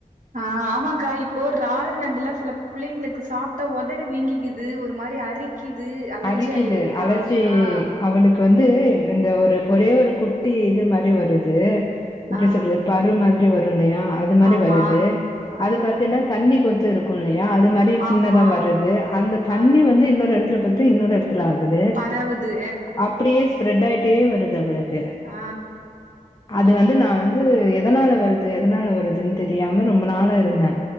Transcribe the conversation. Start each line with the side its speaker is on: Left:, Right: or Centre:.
Right: ஆ ஆமாக்கா இப் போ றால் நண்டுல்லா சில புள்ளைங்களுக்கு சாப்டா ஒதடு வீங்கிக்குது ஒரு மாரி அரிக் க்குது அலர்ஜி
Left: அரிக்குது
Right: ஆயிடுதுக்கா
Left: அலர்ஜி
Right: ஆ
Left: அவனுக்கு வந்து இந்த ஒரு ஒரே ஒரு குட்டி இது மாரி வருது எப்புடி
Right: ஆ
Left: சொல்றது பரு மாதிரி வரு இல்லையா அது மாதிரி
Right: ஆமா
Left: வருது
Right: ஆ
Left: அது பாத்தீனா தண்ணி கொத்து இருக்கு இல்லையா அது மாரி சின்னதா
Right: ஆமா
Left: வருது அந்த தண்ணி
Right: ஆ
Left: வந்து இன்னொரு எடத்துல பத் து இன்னோரு எடத்துல ஆகுது
Right: பரவுது
Left: அப்டியே ஸ்ப்ரெட் ஆயிட்டே வருது அவளுக்கு
Right: ஆ
Left: அது வந்து நா வந்து எதனால வருது எதனால வருதுன்னு தெரியாம ரொம்ப நாளா இருந்தே